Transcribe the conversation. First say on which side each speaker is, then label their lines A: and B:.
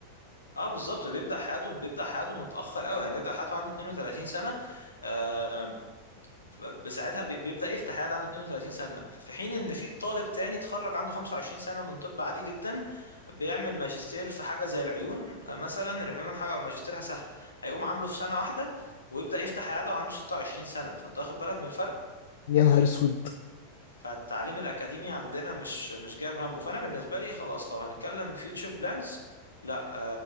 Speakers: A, on the left; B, on the left.
A: اه بالظبط بيبدأ حياته بيبدأ حياته متأخر قوي يعني بيبدأ حياته عنده 32 سنة آم، بساعتها بي- بيبدأ يفتح عيادة عنده 32 سنة في حين ان في طالب تاني اتخرج عنده 25 سنة من طب عادي جدا بيعمل ماجستير في حاجة زي العيون آه، مثلا العيون حاجة ماجستيرها سهل هيقوم عامله في سنة واحدة ويبدأ يفتح عيادة وعنده 26 سنة فانت واخد بالك من الفرق
B: يا نهار اسود
A: فالتعليم الأكاديمي عندنا مش مش جايب همه فأنا بالنسبة لي خلاص لو هنتكلم future plans لا